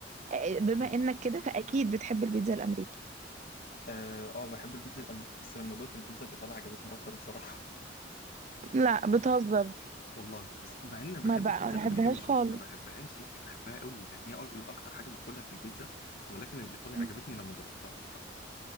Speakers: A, on the right; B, on the left.
A: آه، بما
B: اوكي
A: انك كده فاكيد بتحب البيتزا الامريكي
B: اه آه، بحب البيتزا الامريكي بس لما دوت البيتزا الايطالي عجبتني اكتر بصراحه
A: لا بتهزر
B: <laughs> والله بس مع ان أنا
A: ما
B: بحب
A: بقى
B: البيتزا
A: ما بحبهاش
B: الامريكي مش
A: خالص
B: مش ما بحبهاش يعني بحبها قوي لان هي أك- اكتر حاجه باكلها في البيتزا ولكن الايطالي
A: مم.
B: عجبتني لما جربتها الصراحه